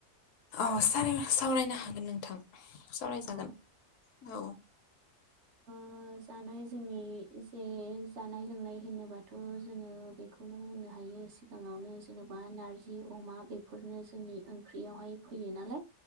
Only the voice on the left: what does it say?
औ सावरायनो सावरायनो हागोन नोंथां सावरायजागोन
औ।